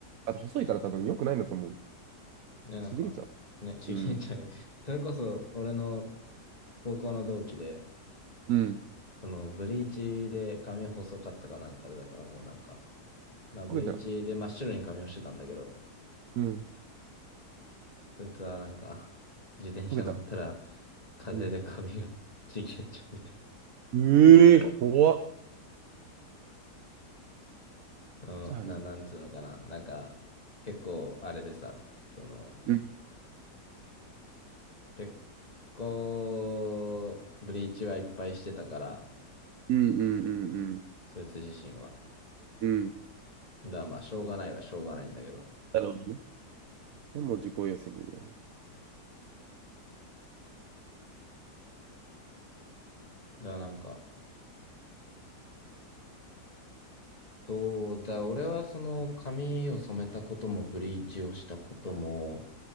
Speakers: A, on the right; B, on the left.
A: あと細いから多分良くないんだと思う。
B: ね、なんか、
A: ちぎれちゃ
B: ね、ちぎっちゃい。
A: う。うん。
B: <laughs> それこそ、俺の高校の同期で、
A: うん。
B: その、ブリーチで髪細かったかなんかで、だからもうなんか、まあ、ブリーチで真っ白に髪をしてたんだけど、
A: 溶けちゃう。うん。
B: そいつはなんか、<laughs> 自転車乗ったら、
A: 溶けた。
B: 風で髪が
A: うん
B: <laughs> ちぎれちゃうみたい
A: ええー、怖っ。
B: な。その、
A: じゃああげる。
B: な、なんつうのかな。なんか、結構、あれでさ、その、
A: うん
B: 結構、ブリーチはいっぱいしてたから、
A: うんうんうん
B: そいつ自身は。
A: うん。うん。
B: が、まあ、しょうがないはしょうがないんだけど、
A: なるほどね。でも自己責任やね。
B: だからなんか、そうだ、俺はその髪を染めたこともブリーチをしたことも